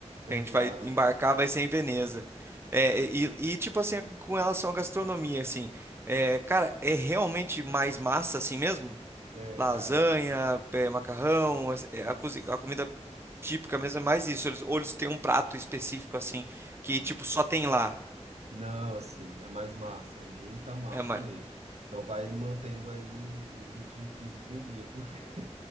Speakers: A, on the right; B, on the right.
A: Legal.
B: que a gente vai embarcar vai ser em Veneza. É, e, e, tipo assim, com relação à gastronomia, assim, é, cara, é realmente mais massa assim mesmo?
A: É,
B: Lasanha,
A: cara. é
B: é, macarrão, é, é, a,
A: Sim.
B: cozi- a comida típica mesmo é mais isso. Eles, ou eles têm um prato específico assim, que
A: Hum.
B: tipo só tem lá.
A: Não, assim, é mais massa, é muita massa
B: É, mais...
A: mesmo. Então vai mantendo aí o, o ritmo físico em dia, porque